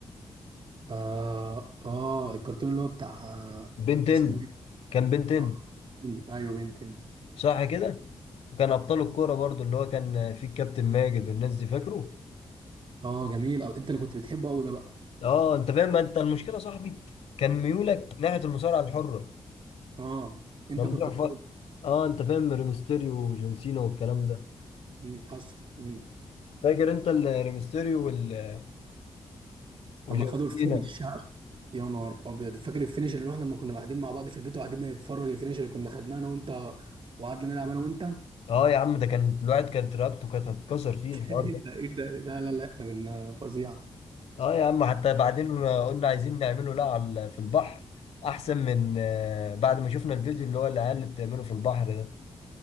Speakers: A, on the right; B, on the left.
A: اه اه الكرتون اللي هو بتاع آه،
B: بنتين
A: اسمه ايه
B: كان بنتين
A: اه بنتين. ايوه بنتين
B: صح كده وكان ابطال الكوره برضو اللي هو كان فيه الكابتن ماجد والناس دي فاكره
A: اه جميل أو انت اللي كنت بتحبه قوي ده بقى
B: اه انت فاهم ما انت المشكله يا صاحبي كان ميولك ناحيه المصارعه الحره
A: اه انت
B: ممدوح
A: كنت كوب
B: ف... اه انت فاهم ريمستيريو وجون سينا والكلام ده
A: مم، حصل مم.
B: فاكر انت الريمستيريو وال... وجون
A: اما خدوا الفينش
B: سينا
A: ها يا نهار ابيض فاكر الفينش اللي رحنا لما كنا قاعدين مع بعض في البيت وقاعدين بنتفرج الفينش اللي كنا خدناه انا وانت وقعدنا نلعب انا وانت <laughs>
B: اه يا عم ده كان الواحد كانت رقبته كانت هتتكسر فيه الحوار
A: ايه
B: ده
A: ده ايه ده لا لا لا احنا كنا فظيعه
B: اه يا عم حتى بعدين قلنا عايزين نعمله لا على في البحر احسن من آه، بعد ما شفنا الفيديو اللي هو العيال اللي بتعمله في البحر ده